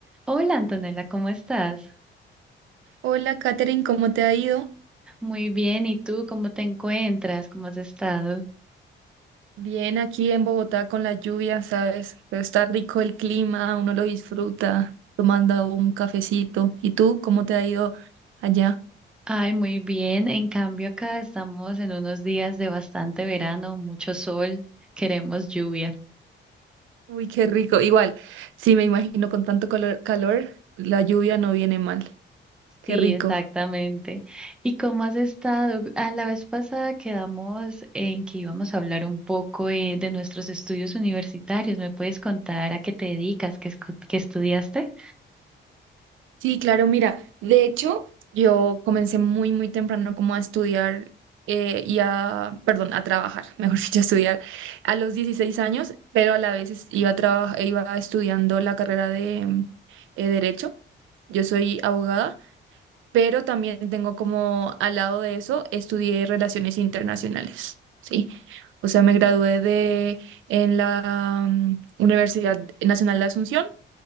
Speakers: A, in the centre; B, on the right.
A: Hola Antonella, ¿cómo estás?
B: Hola, Katherine, ¿cómo te ha ido?
A: Muy bien, ¿y tú cómo te encuentras? ¿Cómo has estado?
B: Bien, aquí en Bogotá con la lluvia, ¿sabes? Pero está rico el clima, uno lo disfruta tomando un cafecito. ¿Y tú, cómo te ha ido allá?
A: Ay, muy bien. En cambio, acá estamos en unos días de bastante verano, mucho sol, queremos lluvia.
B: Uy, qué rico. Igual, sí, me imagino con tanto color- calor, la lluvia no viene mal. Qué
A: Sí,
B: rico.
A: exactamente. ¿Y cómo has estado? A la vez pasada quedamos en que íbamos a hablar un poco eh, de nuestros estudios universitarios. ¿Me puedes contar a qué te dedicas, qué, escu- qué estudiaste?
B: Sí, claro, mira, de hecho, yo comencé muy, muy temprano como a estudiar eh, y a, perdón, a trabajar, <laughs> mejor dicho, a estudiar a los 16 años, pero a la vez es- iba, a traba- iba estudiando la carrera de mm, eh, Derecho. Yo soy abogada, pero también tengo como al lado de eso, estudié Relaciones Internacionales, ¿sí? O sea, me gradué de en la mm, Universidad Nacional de Asunción